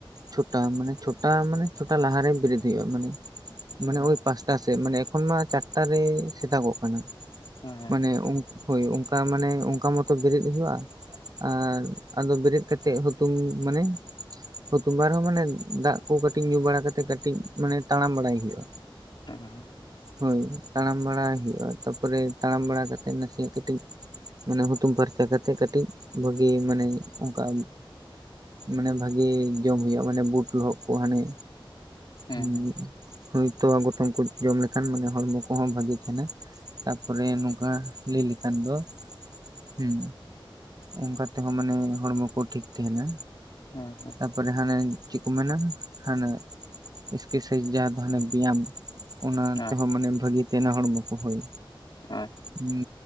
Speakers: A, on the right; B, on the left.
A: ᱪᱷᱚᱴᱟ ᱢᱟᱱᱮ ᱪᱷᱚᱴᱟ ᱢᱟᱱᱮ ᱪᱷᱳᱚᱴᱟ ᱞᱟᱦᱟᱨᱮ ᱵᱮᱨᱮᱫ ᱦᱩᱭᱩᱜᱼᱟ, ᱢᱟᱱᱮ
B: ᱦᱮᱸ
A: ᱢᱟᱱᱮ ᱳᱭ ᱯᱟᱸᱪᱴᱟ ᱥᱮᱫ ᱢᱟᱱᱮ ᱮᱠᱷᱚᱱ ᱢᱟ ᱪᱟᱨᱴᱟᱮ ᱥᱮᱛᱟᱜᱚᱜ ᱠᱟᱱᱟ᱾
B: ᱦᱮᱸ
A: ᱢᱟᱱᱮ ᱩᱝᱠᱩ ᱦᱳᱭ ᱚᱝᱠᱟ ᱢᱟᱱᱮ ᱚᱝᱠᱟ ᱢᱚᱛᱚ ᱵᱮᱨᱮᱫ ᱦᱩᱭᱩᱜᱼᱟ, ᱟᱨ ᱟᱫᱚ ᱵᱮᱨᱮᱫ ᱠᱟᱛᱮᱫ ᱦᱩᱛᱩᱢ ᱢᱟᱱᱮ ᱦᱩᱛᱩᱢᱵᱟᱨᱟ ᱢᱟᱱᱮ ᱫᱟᱜ ᱠᱚ ᱠᱟᱹᱴᱤᱡ ᱧᱩ ᱵᱟᱲᱟ ᱠᱟᱛᱮᱜ ᱠᱟᱹᱴᱤᱡ ᱢᱟᱱᱮ ᱛᱟᱲᱟᱢ ᱵᱟᱲᱟᱭ ᱦᱩᱭᱩᱜᱼᱟ᱾
B: ᱦᱮᱸ᱾
A: ᱦᱳᱭ ᱛᱟᱲᱟᱢ ᱵᱟᱲᱟᱭ ᱦᱩᱭᱩᱜᱼᱟ, ᱛᱟᱯᱚᱨᱮ ᱛᱟᱲᱟᱢ ᱵᱟᱲᱟ ᱠᱟᱛᱮᱜ ᱱᱟᱥᱮᱭᱟᱜ ᱠᱟᱹᱢᱤᱡ ᱢᱟᱱᱮ ᱦᱩᱛᱩᱢ ᱯᱷᱟᱨᱪᱟ ᱠᱟᱛᱮᱜ ᱠᱟᱹᱴᱤᱡ ᱵᱷᱟᱹᱜᱤ ᱢᱟᱱᱮ ᱚᱝᱠᱟ ᱢᱟᱱᱮ ᱵᱷᱟᱜᱮ ᱡᱚᱢ ᱦᱩᱭᱩᱜᱼᱟ ᱢᱟᱱᱮ ᱵᱩᱴ ᱞᱚᱦᱚᱫ ᱠᱚ ᱦᱟᱸᱱᱮ
B: ᱦᱮᱸ
A: ᱦᱩᱸ
B: ᱦᱮᱸ ᱦᱮᱸ ᱦᱮᱸ
A: ᱦᱳᱭᱛᱳ ᱜᱚᱴᱚᱢ ᱠᱚ ᱡᱚᱢ ᱞᱮᱠᱷᱟᱱ ᱢᱟᱱᱮ ᱦᱚᱲᱢᱚ ᱠᱚᱦᱚᱸ ᱵᱷᱟᱹᱜᱮ ᱛᱟᱦᱮᱸᱱᱟ᱾ ᱛᱟᱯᱚᱨᱮ ᱱᱚᱝᱠᱟ ᱞᱟᱹᱭ ᱞᱮᱠᱷᱟᱱ ᱫᱚ ᱦᱩᱸ ᱚᱝᱠᱟ ᱛᱮᱦᱚᱸ ᱢᱟᱱᱮ ᱦᱚᱲᱢᱚ ᱠᱚ ᱴᱷᱤᱠ ᱛᱟᱦᱮᱸᱱᱟ᱾
B: ᱦᱮᱸ ᱦᱮᱸ᱾
A: ᱛᱟᱯᱚᱨᱮ ᱦᱟᱸᱱᱮ ᱪᱮᱫ ᱠᱚ ᱢᱮᱱᱟ ᱦᱟᱸᱱᱮ ᱮᱠᱥᱠᱮᱥᱟᱭᱤᱡ ᱡᱟᱦᱟᱸ ᱫᱚ ᱦᱟᱱᱮ ᱵᱮᱭᱟᱢ ᱚᱱᱟ
B: ᱦᱳᱭ
A: ᱛᱮᱦᱚᱸ ᱢᱟᱱᱮ ᱵᱷᱟᱹᱜᱤ ᱛᱮᱱᱟ ᱦᱚᱲᱢᱚ ᱠᱚ ᱦᱳᱭ᱾
B: ᱚ᱾
A: ᱦᱩᱸ